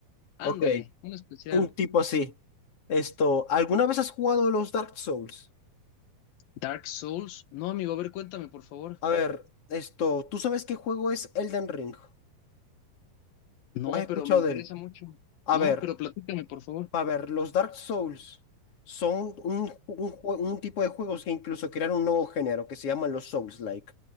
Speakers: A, on the left (about 80°); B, on the left (about 45°).
A: Ándale,
B: Ok,
A: un especial.
B: un tipo así. Esto, ¿alguna vez has jugado los Dark Souls?
A: Dark Souls. No, amigo, a ver, cuéntame, por favor.
B: A ver, esto, ¿tú sabes qué juego es Elden Ring?
A: No,
B: ¿O has escuchado
A: pero me interesa
B: de él?
A: mucho.
B: A
A: No,
B: ver.
A: pero platícame, por favor.
B: A ver, los Dark Souls son un, ju- un jue- un tipo de juegos que incluso crearon un nuevo género que se llaman los Souls-like.